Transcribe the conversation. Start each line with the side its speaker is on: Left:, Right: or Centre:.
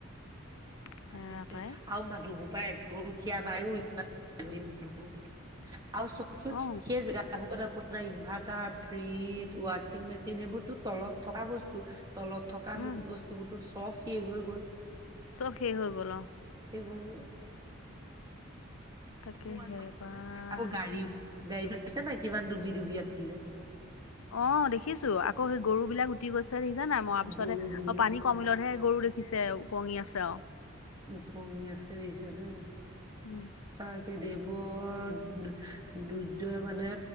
Left: <unintelligible>
Right: আৰু পিছে
Left: পাই
Right: আৰু মানুহবোবোৰ পৰা একঘৰ দুখীয়া নাইও ইমান মানুহ আৰুব <unintelligible>
Left: অ
Right: খেজ হে জেগাত <unintelligible> ইনভাৰ্টাৰ ফ্ৰিজ ৱাশ্বিং মেচিন এইবোৰতো তলত থকা বস্তু তলত থকা
Left: উম
Right: আমি বস্তুবোৰতো চব শেষ হৈ গ'ল
Left: চব শেষ হৈ গল অ
Right: এইবোৰ
Left: তাকে
Right: <unintelligible>
Left: হেৰা পাই
Right: আকৌ গাড়ী গাড়ীবোৰ দেখিছা নাই কিমান ডুবি ডুবি আছিলে
Left: অ দেখিছো আকৌ সেই গৰু বিলাক উটি গৈছে দেখিছানে নাই মৰা পিছতে
Right: গৰু বিলাক
Left: অ পানী কমিলতহে গৰু দেখিছ -খিছে উপঙি আছে আৰু
Right: উপঙি আছে দিখিছনে
Left: উম
Right: তাকে দেই বৰ দু দুৰ্যয় মানে